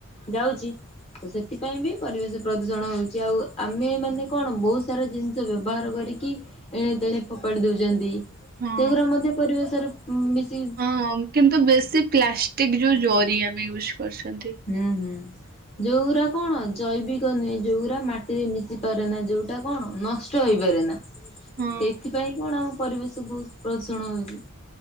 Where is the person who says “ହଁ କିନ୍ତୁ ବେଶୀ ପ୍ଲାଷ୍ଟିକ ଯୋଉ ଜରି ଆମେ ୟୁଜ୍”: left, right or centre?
Right